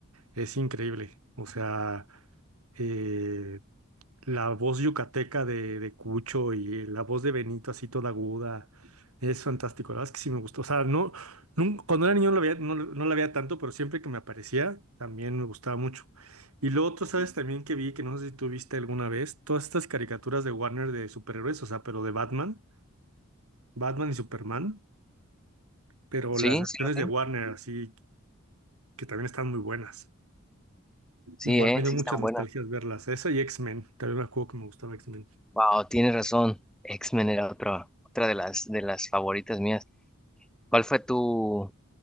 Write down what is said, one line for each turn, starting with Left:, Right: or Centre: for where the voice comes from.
Right: es increíble. O sea, eh, la voz yucateca de, de Cucho y la voz de Benito así toda aguda. Es fantástico, la verdad es que sí me gustó. O sea, no, nun- cuando era niño no la veía, no, no la veía tanto, pero siempre que me aparecía también me gustaba mucho. Y lo otro, ¿sabes? También que vi, que no sé si tú viste alguna vez, todas estas caricaturas de Warner de superhéroes, o sea, pero de Batman, Batman y Superman, pero
Centre: Sí,
Right: las versiones
Centre: sí lo vi.
Right: de Warner, así que también están muy buenas.
Centre: Sí,
Right: Igual
Centre: eh,
Right: me dio
Centre: sí
Right: muchas
Centre: están buenas.
Right: nostalgias verlas. Esa y X-Men, también me acuerdo que me gustaba X-Men.
Centre: Wow, tienes razón. X-Men era otra, otra de las de las favoritas mías. ¿Cuál fue tu,